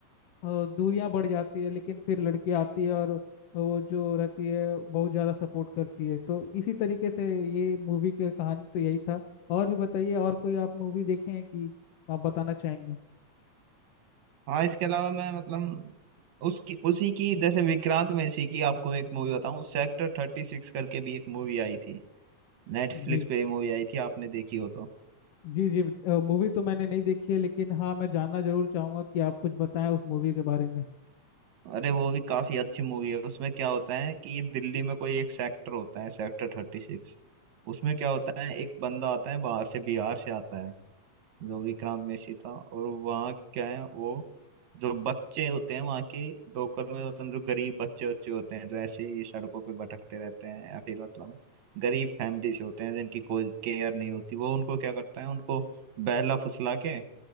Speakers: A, on the left (about 70°); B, on the right (about 75°).
A: दूरियां बढ़ जाती है लेकिन फिर लड़की आती है और वो जो रहती है बहुत ज़्यादा सपोर्ट करती है तो इसी तरीके से ये मूवी की कहानी तो यही था और भी बताइए और कोई आप मूवी देखे हैं कि आप बताना चाहेंगे
B: हाँ इसके अलावा मैं मतलब उसकी उसी की जैसे विक्रांत में इसी की आपको एक मूवी बताऊं सेक्टर थर्टी सिक्स करके भी एक मूवी आई थी नेटफ्लिक्स
A: जी
B: पे ये मूवी आई थी आपने देखी हो तो
A: जी जी मूवी तो मैंने नहीं देखी है लेकिन हाँ मैं जानना जरूर चाहूंगा कि आप कुछ बताएं उस मूवी के बारे में
B: अरे वो भी काफी अच्छी मूवी है उसमें क्या होता है कि दिल्ली में कोई एक सेक्टर होता है सेक्टर थर्टी सिक्स उसमें क्या होता है एक बंदा आता है बाहर से बिहार से आता है जो विक्रांत मैसी था और वहाँ क्या है वो जो बच्चे होते हैं वहाँ के लोकल में मतलब जो गरीब बच्चे बच्चे होते हैं जो ऐसे ही सड़कों पे भटकते रहते हैं या फिर मतलब गरीब फैमिली से होते हैं जिनकी कोई केयर नहीं होती वो उनको क्या करता है उनको बहला फुसला के